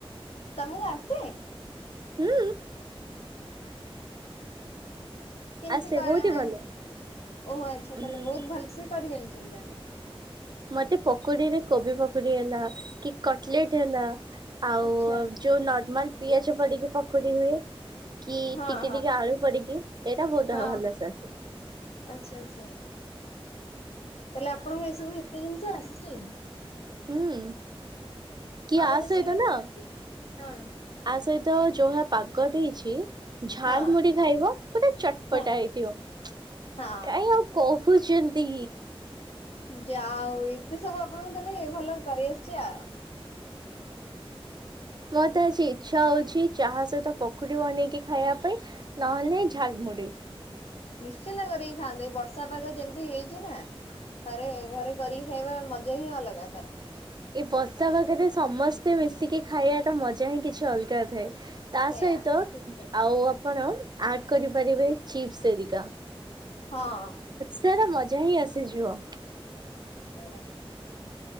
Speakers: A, on the left (about 90°); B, on the right (about 45°).
A: ତମକୁ ଆସେ।
B: ହୁଁ।
A: କେମିତି
B: ଆସେ
A: କରିବା
B: ବହୁତ ହି ଭଲ।
A: ଓହୋ ଆଚ୍ଛା ତାହେଲେ
B: ଉଁ
A: ବହୁତ ଭଲସେ କରି ଜାଣିଛନ୍ତି ତାହେଲେ।
B: ମତେ ପକୁଡିରେ କୋବି ପକୁଡି ହେଲା କି କଟଲେଟ ହେଲା ଆଉ
A: ଆଚ୍ଛା
B: ଯୋଉ ନର୍ମାଲ ପିଆଜ ପଡିକି ପକୁଡି ହୁଏ। କି
A: ହଁ
B: ଟିକି
A: ହଁ
B: ଟିକି ଆଳୁ ପଡିକି ସେଇଟା ବହୁତ
A: ହଁ
B: ଭଲସେ ଆସେ।
A: ଆଚ୍ଛା ଆଚ୍ଛା। ତାହେଲେ ଆପଣଙ୍କୁ ଏଇ ସବୁ ଏତେ ଜିନିଷ ଆସିଛି।
B: ହୁଁ କି
A: ଆଉ
B: ଆ
A: ରୋଷେଇର
B: ସହିତ ନା
A: କଣ ଆସିଛି? ହଁ
B: ଆ ସହିତ ଜୋହାପ ପାଗ ଦେଇଛି ଝାଲ
A: ହଁ
B: ମୁଢି ଖାଇବ ପୁରା ଚଟପଟା
A: ହଁ
B: ହେଇଥିବ।
A: ହଁ।
B: କାଇଁ ଆଉ କହୁଛନ୍ତି।
A: ଯାହଉ ଏତେ ସବୁ ଆପଣଙ୍କୁ ତାହେଲେ ଭଲ କରିଆସିଛି ଆଉ।
B: ମତେ ଆଜି ଇଚ୍ଛା ହଉଛି ଚାହା ସହିତ ପଖଡି ବନେଇକି ଖାଇବା ପାଇଁ। ନହେଲେ ନାଇଁ ଝାଲମୁଡ଼ିି।
A: ନିଶ୍ଚିନ୍ତ କରିକି ଖାଆନ୍ତୁ ଏ ବର୍ଷା ପାଗ ଯେମିତି ହେଇଛି ନା? ଥରେ ଘରେ କରିକି ଖାଇବା ମଜା ହିଁ ଅଲଗା ତାର।
B: ଏଇ ବର୍ଷା ପାଗରେ ସମସ୍ତେ ମିଶିକି ଖାଇବା ଟା ମଜା ହିଁ କିଛି ଅଲଗା ଥାଏ। ତା
A: ସେଇୟା
B: ସହିତ
A: ଠିକ କଥା
B: ଆଉ ଆପଣ ଆଡ୍ କରିପାରିବେ ଚିପ୍ସ ହେରିକା।
A: ହଁ
B: ସେରା ମଜା ହିଁ ଆସିଯିବ।
A: <unintelligible>